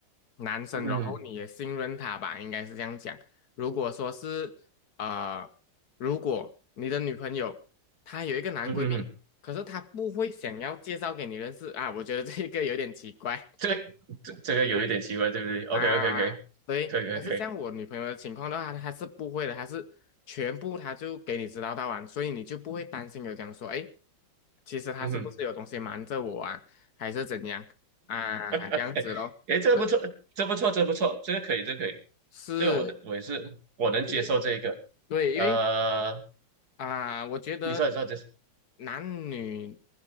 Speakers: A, on the left; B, on the right.
A: 男生，
B: 嗯嗯
A: 然后你也信任他吧，应该是这样讲。如果说是呃，如果你的女朋友她有一个男闺蜜。
B: 嗯嗯，嗯
A: 可是他不会想要介绍给你认识啊，我觉得这个有点奇怪。
B: 这个这这个有一点奇怪，对不对？OK
A: 啊，
B: OK OK，
A: 对，
B: 可以可以可以，
A: 可是像我女朋友的情况的话，她是不会的，她是全部她就给你知道到完，所以你就不会担心有讲说，哎，其实他是不是有东西瞒着我啊，
B: 嗯哼，
A: 还是怎样啊，这样子咯，
B: 哎哎，这个不错，
A: 是
B: 这不错，这不错，这个可以，这个可以，
A: 是
B: 这个我能我也是我能接受这一个，
A: 是，对，
B: 呃，
A: 因为啊，我觉得
B: 你说你说这，
A: 男女